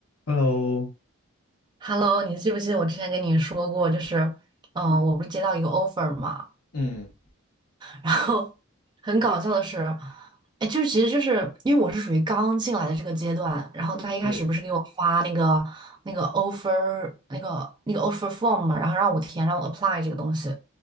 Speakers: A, on the left; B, on the right.
A: Hello，
B: Hello，你记不记得我之前跟你说过，就是，嗯、我不是接到一个 offer 嘛，
A: 嗯，
B: 然后很搞笑的是，哎，就是其实就是因为我是属于刚进来的这个阶段，然后他一开始不是给我发那个那个
A: 对，
B: offer 那个那个 offer form 嘛，然后让我填，让我 apply 这个东西，